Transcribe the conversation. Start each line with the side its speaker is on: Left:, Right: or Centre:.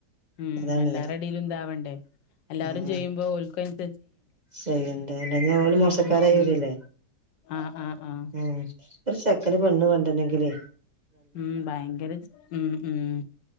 Left: മ്
Right: അതാണത്
Left: എല്ലാരുടെയും ഇടയിൽ ഇതാവണ്ടേ എല്ലാരും
Right: ആഹ്
Left: ചേരുമ്പോൾ ഓൾക്ക് -
Right: ചെയ്യണ്ടേ അല്ലഞ്ഞാ ഓല് മോശക്കാരായി
Left: ഉം ഉം
Right: വരെല്ലേ...
Left: ആഹ് ആഹ് ആഹ്
Right: ഏഹ് ഒരു ചെക്കന് പെണ്ണ് കൊണ്ടര് നെങ്കിലേ
Left: ഉം ഭയങ്കര ച് ഉ ഊം